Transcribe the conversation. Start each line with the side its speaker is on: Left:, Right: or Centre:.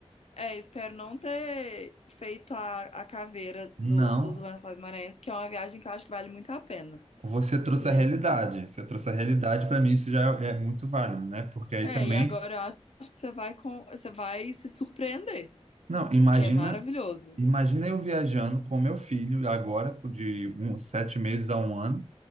Left: é, espero não ter feito a, a caveira
Right: Não.
Left: do, dos Lençóis Maranhenses, que é uma viagem que eu acho que vale muito a pena.
Right: Você trouxe
Left: Mas,
Right: a realidade. Você trouxe a realidade, para mim isso já é é muito válido, né? Porque aí
Left: é,
Right: também,
Left: e agora eu acho que você vai com, você vai se surpreender,
Right: não, imagina,
Left: porque é maravilhoso.
Right: imagina eu viajando com meu filho agora de uns sete meses a um ano,